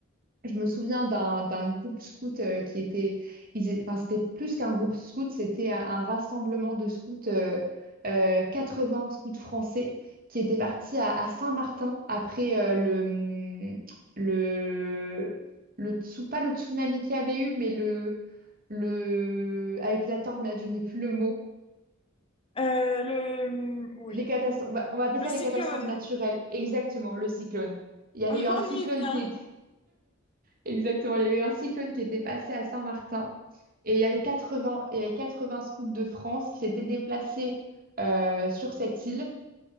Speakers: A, on the right (about 45°); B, on the left (about 25°).
A: Je me souviens d'un d'un groupe scout euh, qui était, ils é- enfin, c'était plus qu'un groupe scout, c'était un, un rassemblement de scouts, euh, euh, 80 scouts français qui étaient partis à, à Saint-Martin après euh, le, hum, le, le, tsu- pas le tsunami qu'il y avait eu, mais le, le, avec la tornade, je n'ai plus le mot.
B: Euh, le, euh, oui.
A: Les catas- on va, on va appeler
B: le
A: ça
B: cyclone,
A: les catastrophes naturelles, exactement, le cyclone. Il y avait
B: <laughs>
A: eu un
B: on
A: cyclone
B: y vient.
A: qui était Exactement, il y avait un cyclone qui était passé à Saint-Martin et il y avait 80, il y avait 80 scouts de France qui s'étaient déplacés euh, sur cette île